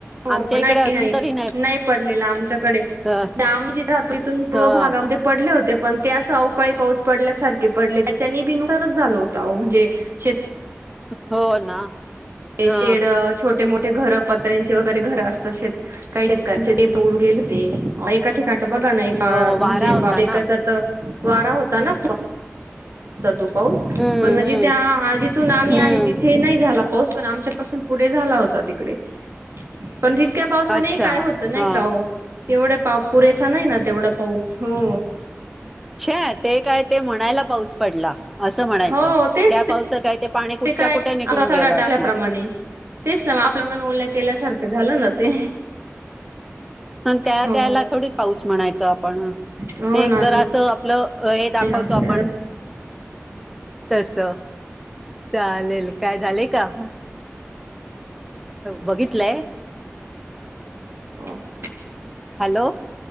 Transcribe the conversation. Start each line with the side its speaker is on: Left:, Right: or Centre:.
Centre: आमच्या
Right: हो नाही
Centre: इकडे अजून
Right: नाही
Centre: तरी
Right: नाही पडलेला आमच्याकडे
Centre: ह
Right: आम्ही जिथं राहतो इथून पूर्व
Centre: ह
Right: भागामध्ये पडले होते पण ते असं अवकाळी पाऊस पडल्यासारखे पडले त्याच्यानी बी नुकसानच झालं होत म्हणजे शे
Centre: हो ना.
Right: ते
Centre: ह
Right: शेड छोटे मोठे घरं पत्र्यांचे वगैरे घर असतं शेत काही शेतकऱ्यांचे ते पन ऊडून गेले होते एका ठिकाणी तर बघा ना एका
Centre: हो
Right: म्हणजे
Centre: वारा होता
Right: बा
Centre: ना
Right: एकाचा तर वारा होता ना तो पाऊस
Centre: हम्म
Right: पण म्हणजे
Centre: हम्म
Right: त्या जिथून आम्ही
Centre: हम्म
Right: आहे तिथे नाही झाला पाऊस पण आमच्या पाासून पुढे झाला होता तिकडे पण तितक्या पावसाने
Centre: अच्छा
Right: काय होतं नाही
Centre: ह
Right: का हो तेवढे पा पुरेसा नाही ना तेवढा पाऊस. हो.
Centre: छे ते काय ते म्हणायला पाऊस पडला असं म्हणायचं
Right: हो तेच
Centre: त्या पावसा काय ते पाणी कुठच्या
Right: काय
Centre: कुठे निघून
Right: सडा
Centre: गेलं अशणार.
Right: टाकल्याप्रमाणे तेच ना मग आपल्यांगण ओल्या केल्यासारखं झालं ना ते.
Centre: ह त्या
Right: हो
Centre: त्याला थोडी पाऊस म्हणायचो आपण.
Right: हो
Centre: ते एक
Right: ना
Centre: जर असं आपलं. अ हे
Right: नाही
Centre: दाखवतो
Right: ना
Centre: आपण
Right: त्या
Centre: तस. चालेल काय झालेय का. बघितलंय.
Right: <inaudible>
Centre: हॅलो.